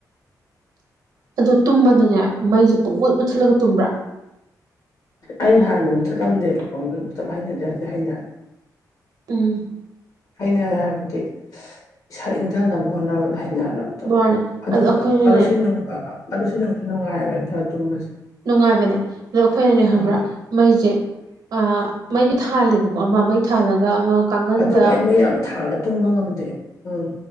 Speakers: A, on the right; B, on the left.
A: ꯑꯗꯣ ꯇꯨꯝꯕꯗꯅꯦ ꯃꯩꯁꯦ ꯄꯨꯡꯃꯨꯠ ꯃꯨꯠꯊꯠꯂꯒ ꯇꯨꯝꯕ꯭ꯔꯥ
B: ꯑꯩ ꯍꯥꯟꯅ ꯃꯨꯠꯊꯠꯂꯝꯗꯦꯕꯀꯣ ꯃꯩ ꯃꯨꯊꯠꯕ ꯍꯩꯅꯗꯦ ꯍꯧꯖꯤꯛꯇꯤ ꯍꯩꯅꯔꯦ
A: ꯎꯝ
B: ꯍꯩꯅꯔꯦ ꯍꯥꯏꯕꯗꯤ ꯏꯁꯥ ꯏꯪꯊꯅꯕ ꯍꯣꯠꯅꯕꯗ ꯍꯩꯅꯔꯕ
A: ꯕꯣꯔꯥꯅꯦ
B: ꯑꯗꯨꯝ
A: ꯑꯗꯣ ꯑꯩꯈꯣꯏꯅꯅꯦ
B: ꯑꯗꯨ ꯁꯤ ꯑꯗꯨ ꯁꯤ ꯅꯨꯡꯁꯨ ꯅꯨꯡꯉꯥꯏꯕ ꯏꯁꯥ ꯇꯨꯝꯕꯁꯦ
A: ꯅꯨꯡꯉꯥꯏꯕꯅꯦ ꯑꯗꯣ ꯑꯩꯈꯣꯏꯅꯅꯦ ꯈꯕ꯭ꯔꯥ
B: ꯑꯥ
A: ꯃꯩꯁꯦ ꯑ ꯃꯩꯗꯤ ꯊꯥꯜꯂꯦꯕꯀꯣ ꯑꯃ ꯃꯩ ꯊꯥꯜꯂꯒ ꯑꯃ ꯀꯥꯡꯒꯟꯗ
B: ꯑꯗꯨꯒ ꯑꯩ ꯃꯩꯌꯥꯝ ꯊꯥꯜꯂꯒ ꯇꯨꯝꯕ ꯉꯝꯗꯦ ꯎꯝ